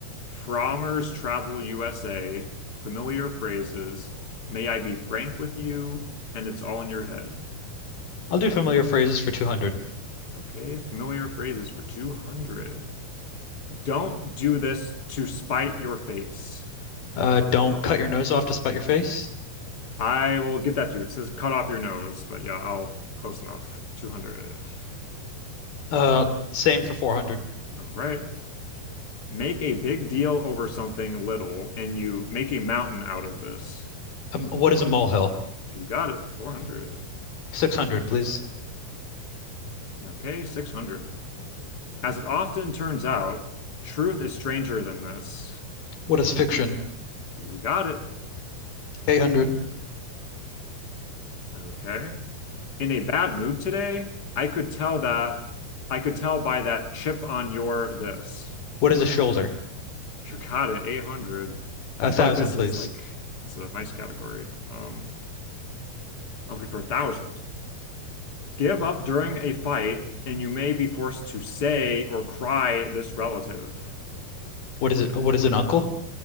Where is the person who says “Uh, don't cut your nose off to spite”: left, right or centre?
Left